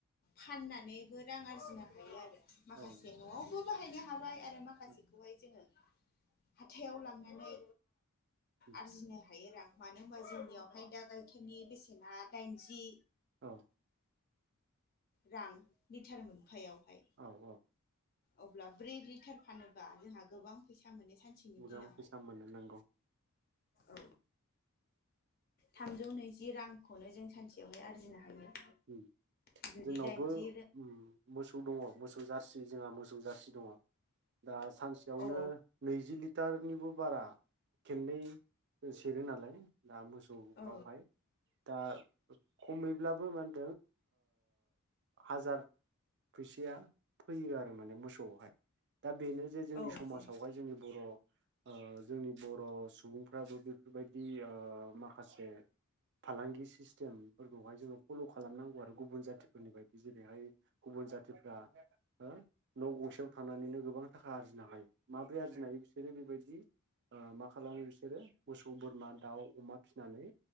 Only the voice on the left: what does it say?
फाननानैबो रां आरजिनो हायो आरो। माखासे
न'आवबो बाहायनो हाबाय आ फाय माखासेखौहाय
जोङो हाथायाव लां नानै
आरजिनो हायो रां। मानो होनबा जोंनियावहाय दा गाइखेरनि बेसेना दाइनजि
रां लिटार मोनफायावहाय
अब्ला ब्रै लिटार फानोबा जोंहा गोबां फैसा थामोननि सेनि
दिनाहा
औ थामजौ नैजि रां खौनो जों सानसेयावहाय आरजिनो हायो
जुदि
दाइनजि
औ
औ
औ
दे